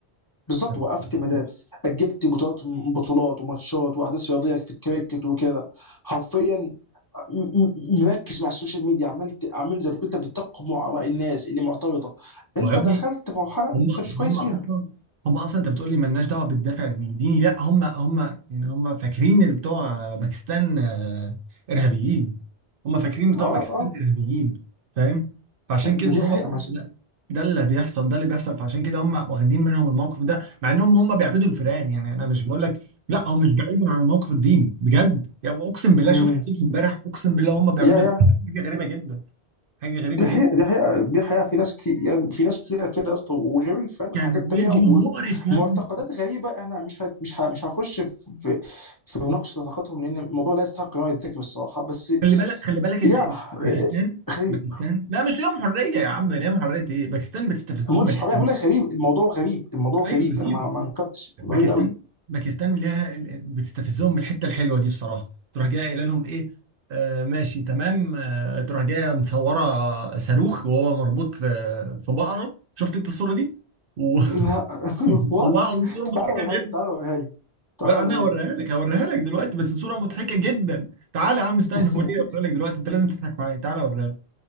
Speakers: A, on the left; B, on the right.
A: بالظبط
B: هتخسر
A: وقفت
B: كتير.
A: مدارس اجلت بطولات بطولات وماتشات واحداث رياضيه في الكريكت وكده حرفيا م- م- مركز مع السوشيال ميديا عملت عملت زي ما كنت بتقمع اراء الناس اللي معترضه انت
B: ما هو يا ابني
A: دخلت مرحله
B: هم
A: انت مش كويس
B: هم
A: فيها
B: اصلا هم اصلا انت بتقول لي مالناش دعوه بالدافع الديني لا هم هم يعني هم فاكرين اللي بتوع باكستان آه، ارهابيين هم فاكرين بتوع
A: اه
B: باكستان
A: اه
B: ارهابيين فاهم فعشان كده
A: ما دي
B: هو
A: حقيقه مش...
B: ده, ده اللي بيحصل ده اللي بيحصل فعشان كده هم واخدين منهم الموقف ده مع انهم هم بيعبدوا الفئران يعني انا مش بقول لك لا هو مش بعيد عن الموقف الديني بجد يعني اقسم بالله
A: مم.
B: شفت فيديو امبارح اقسم بالله هم بيعبدوا
A: يا يا
B: الفئران حاجه غريبه جدا حاجه غريبه
A: دي حقيقه
B: جدا
A: دي حقيقه دي حقيقه في ناس كتير يعني في ناس كتير كده يا اسطى وغير الفن
B: كان
A: حاجات
B: فيديو
A: تانية
B: مقرف يا
A: ومعتقدات
B: ابني
A: غريبه احنا مش ه... مش ه... مش هخش في في, في مناقشه معتقداتهم لان الموضوع لا يستحق ان هو يتذكر الصراحه بس
B: خلي بالك خلي بالك
A: يا
B: ال- ال- باكستان
A: غريب
B: باكستان لا مش ليهم حريه يا عم ليهم حريه ايه باكستان بتستفزهم
A: ما قلتش
B: من الحته
A: حرامية بقول
B: دي
A: لك غريب الموضوع غريب الموضوع غريب
B: ايوه غريب
A: انا ما ما انكرتش
B: باكستان
A: غريب قوي
B: باكستان ليها ال- ال- بتستفزهم من الحته الحلوه دي بصراحه تروح جايه قايله لهم ايه آه ماشي تمام آه تروح جايه متصوره صاروخ وهو مربوط في في بقره شفت انت الصوره دي و-
A: لا <laughs>
B: <laughs>
A: وات
B: والله العظيم صوره مضحكه
A: تعالى وريها
B: جدا
A: <laughs> لي تعالى وريها لي تعالى
B: بقى
A: وريها
B: انا هوريها
A: لي
B: لك هوريها لك دلوقتي بس صوره مضحكه جدا تعالى يا عم استنى
A: <laughs>
B: هو ليه هوريها لك دلوقتي انت لازم تضحك معايا تعالى اوريها